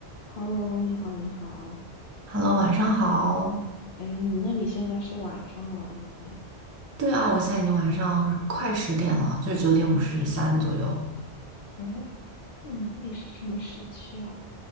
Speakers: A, on the left (about 60°); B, on the right (about 25°).
A: Hello，你好，你好。
B: Hello，晚上好。
A: 哎，你那里现在是晚上了，已经。
B: 对啊，我现在已经晚上快十点了，就九点五十三左右。
A: 哎，你那里是什么时区啊？